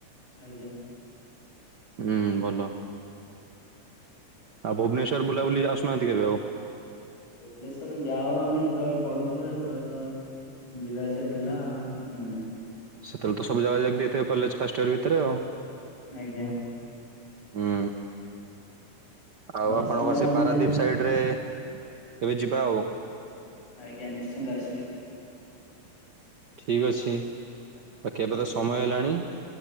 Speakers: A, on the left; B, on the right.
A: ଆଜ୍ଞା
B: ହୁଁ ଭଲ। ଆଉ ଭୁବନେଶ୍ୱର ବୁଲାବୁଲି ଆସୁନାହାନ୍ତି କେବେ ଆଉ?
A: ଭୁବନେଶ୍ବର ଯାଉ ଆମେ ଯେତେବେଳେ ପଢୁଥିଲୁ ସେତେବେଳେ ତ ଯିବା ଆସିଆ ଥିଲା ଆଉ ଏତେ ନାହିଁ।
B: ସେତବେଳେ ତ ସବୁ ଜାଗା ଯାଇକି ବିଏଥିବ କଲେଜ ଫାଷ୍ଟ ଇୟର ଭିତରେ ଆଉ।
A: ଆଜ୍ଞା।
B: ହୁଁ ଆଉ
A: ଦଶମରେ
B: ଆପଣଙ୍କର ସେଇ
A: ଆମେ
B: ପାରାଦ୍ଵୀପ
A: ଯେ
B: ସାଇଡ ରେ କେବେ ଯିବା ଆଉ।
A: ଆଜ୍ଞା ନିଶ୍ଚିନ୍ତ ଆସିବେ।
B: ଠିକ୍ ଅଛି ବାକି ଏବେ
A: ଆଜ୍ଞା
B: ତ ସମୟ ହେଲାଣି।